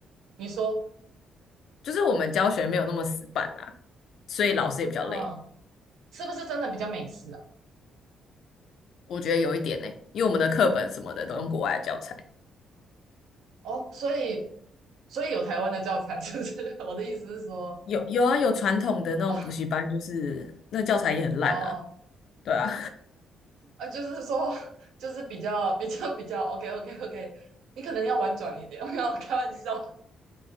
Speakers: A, on the right; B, on the left.
A: 你说，
B: 就是我们教学没有那么死板啦，所以老师也比较累。
A: 嗯，是不是真的比较美式啊？
B: 我觉得有一点呢、因为我们的课本什么的都用国外的教材，
A: 哦，所以所以有台湾的教材，<laughs> 是不是？<laughs> 我的意思是说，
B: 有有啊，有传统的那种补习班，
A: 哦
B: 就是那教材也很烂啊，
A: 哦
B: 对啊，
A: 啊，就是说，就是比较比较比较 OK OK OK，<laughs> 你可能要婉转一点，<laughs> 没有开玩笑，